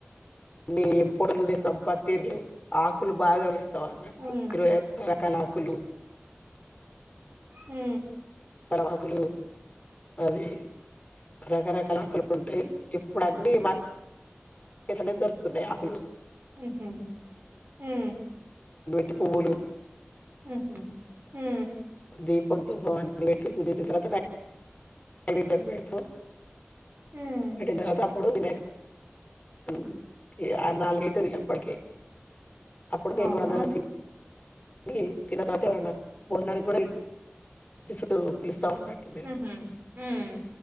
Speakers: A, on the left (about 30°); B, on the right (about 50°).
A: నీ ఫోటోలు తీస్తాం పత్తిర్లు ఆకులు బాగా వేస్తావు అన్నట్టు
B: హ్మ్.
A: ఇరవై రకరకాల ఆకులు
B: ఉ
A: పడమాకులు అది రకరకాల ఆకులు ఉంటాయి ఇప్పుడు అన్నీ మార్కెట్ లోనే దొరుకుతున్నాయి ఆకులు
B: ఉహు ఉ
A: అట్టి పువ్వులు
B: ఉహు ఉ
A: దీపం దధూపం అన్ని పెట్టి పూజించిన తర్వాత నైవేద్యం పెడతావ్
B: హ్మ్.
A: పెట్టిన్ తర్వాత ఇప్పుడు వినాయక్ కున్ కి ఇక నాలుగు అయితుంది అప్పటికే అప్పుడికే
B: అవునా?
A: ఊరందరూ తిని అది తిన్న తర్వాత ఎవరైనా భోజనాలు కూడా పిల్ పిల్స్ తబట్టు లేవు
B: హుహు. హ్మ్.